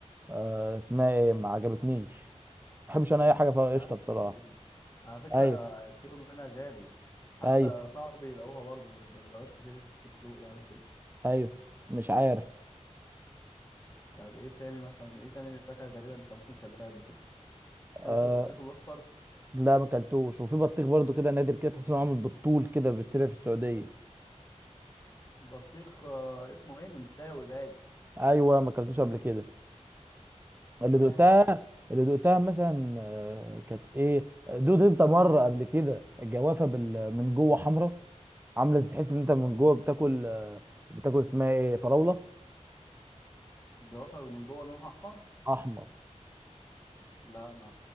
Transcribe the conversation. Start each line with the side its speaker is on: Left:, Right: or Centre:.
Right: آه، اسمها ايه ما عجبتنيش ما بحبش انا اي حاجه فيها
Left: لا
Right: قشطه
Left: دي
Right: بصراحه
Left: جامده جدا على فكره
Right: ايوه
Left: الكيلو منها غالي حتى
Right: ايوه
Left: صعب يلاقوها برضه ما بيلاقوهاش كتير في السوق يعني وكده
Right: ايوه مش عارف
Left: طب ايه تاني مثلا ايه تاني فاكهه غريبه انت ممكن كلتها قبل كده
Right: أه
Left: كلت البطيخ الاصفر
Right: لا ما اكلتوش وفي بطيخ برضو كده نادر كده تحس انه عامل بالطول كده بيتسرع في السعوديه
Left: بطيخ آه، اسمه ايه نمساوي باي
Right: ايوه ما اكلتوش قبل كده اللي
Left: ماشي
Right: دقتها اللي دقتها مثلا آه، كانت ايه دوت انت مره قبل كده الجوافه بال... من جوه حمراء عامله زي- تحس ان انت من
Left: اه
Right: جوه بتاكل آه، بتاكل اسمها ايه فراوله
Left: الجوافه من جوه لونها احمر
Right: احمر
Left: لا ما